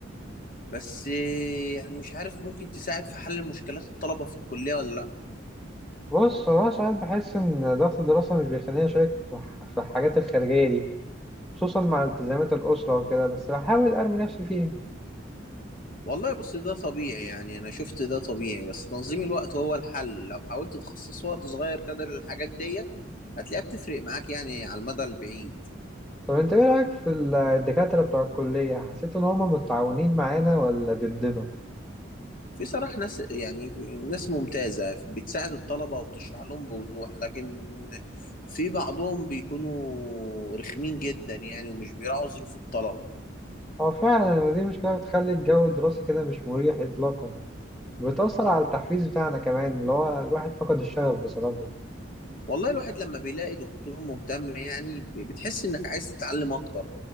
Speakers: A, on the left (about 45°); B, in the centre.
A: بس آه، يعني مش عارف ممكن تساعد في حل مشكلات الطلبة في الكلية ولا لأ
B: بص هو أنا ساعات بحس ان ضغط الدراسه مش بيخليني اشارك في في الحاجات الخارجيه دي خصوصا مع التزامات الأسرة وكده بس بحاول أرمي نفسي فيها
A: والله بص ده طبيعي يعني انا شفت ده طبيعي بس تنظيم الوقت هو الحل لو حاولت تخصص وقت صغير كده للحاجات ديت هتلاقيها بتفرق معاك يعني على المدى البعيد
B: طب أنت إيه رأيك في ال- الدكاترة بتوع الكلية حسيت إن هما متعاونين معانا ولا ضدنا؟
A: في صراحة ناس يعني ناس ممتازة بتساعد الطلبة وبتشرح لهم بوضوح لكن في بعضهم بيكونوا رخمين جدا يعني ومش بيراعوا ظروف الطلبة
B: هو فعلا يعني دي مشكلة بتخلي الجو الدراسي كده مش مريح إطلاقا وبتأثر على التحفيز بتاعنا كمان اللي هو الواحد فقد الشغف بسببه
A: والله الواحد لما بيلاقي دكتور مهتم يعني ب- بتحس انك عايز تتعلم اكتر